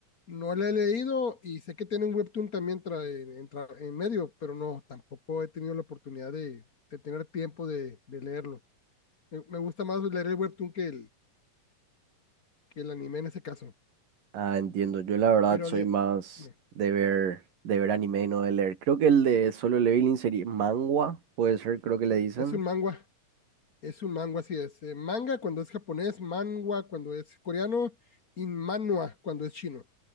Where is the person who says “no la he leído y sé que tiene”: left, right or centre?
Left